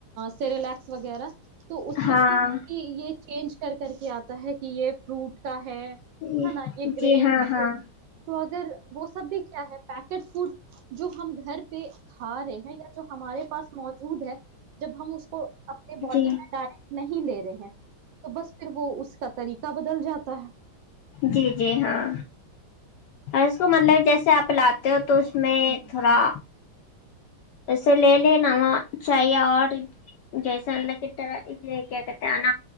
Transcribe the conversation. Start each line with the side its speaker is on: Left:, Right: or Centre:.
Right: سریلیکس وغیرہ تو اس میں
Left: ہاں
Right: یہ چینج کر کر کے آتا کہ یہ فروٹ کا ہے ہے
Left: جی
Right: نا یہ گرینس
Left: ہاں ہاں
Right: تو اگر کیا ہے پیکٹ فوڈ جو ہم گھر پہ پہ کھا رہے ہیں یا جو ہمارے پاس موجود ہے جب ہم اس اپنے باڈی
Left: جی
Right: میں ڈائریکٹ نہیں لے رہے ہیں تو بس پھر وہ اس کا طریقہ بدل جاتا ہے
Left: جی جی ہاں اور اس کو مطلب جیسے آپ لاتے ہو تو اس میں
Right: بہت
Left: تھوڑا۔ ایسے لے ل نواز چاہ آڈ جیسلہ کٹر آگت آ ن